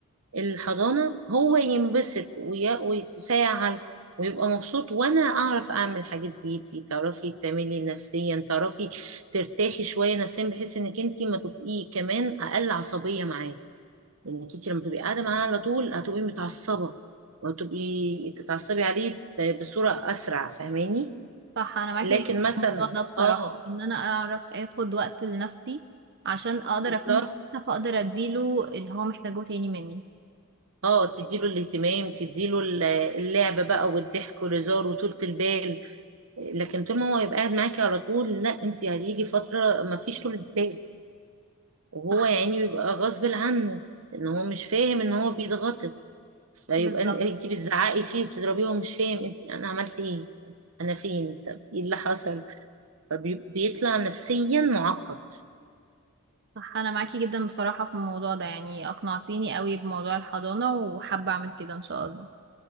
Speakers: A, on the right; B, on the right.
A: الحضانه هو ينبسط وي- ويتفاعل ويبقى مبسوط وانا اعرف اعمل حاجات بيتي تعرفي تعملي نفسيا تعرفي ترتاحي شويه نفسيا بحيث انك انت ما تبقي كمان اقل عصبيه معاه لانك انت لما تبقي قاعده معاه على طول هتبقي متعصبه وتبقي تتعصبي عليه ب- بصوره اسرع فاهماني
B: صح انا معاكي
A: لكن
B: جدا في
A: مثلا
B: الموضوع ده بصراحة
A: اه
B: ان انا اعرف اخد وقت لنفسي عشان اقدر
A: بالظبط
B: اكون كويسة فاقدر اديله اللي هو محتاجه تاني مني
A: اه تديله الاهتمام تديله ال- اللعب بقى والضحك والهزار وطولة البال لكن طول ما هو يبقى قاعد معاكي على طول لا انت هتيجي فترة ما فيش طولة بال وهو
B: صح
A: يعني بيبقى غصب عنه ان هو مش فاهم ان هو بيتغطط فيبقى
B: بالظبط
A: ان- انت بتزعقي فيه وبتضربيه وهو مش فاهم انت انا عملت ايه انا فين طب ايه اللي حصل فبيطلع نفسيا معقد
B: صح انا معاكي جدا بصراحة في الموضوع ده يعني اقنعتيني قوي بموضوع الحضانة وحابة اعمل كده ان شاء الله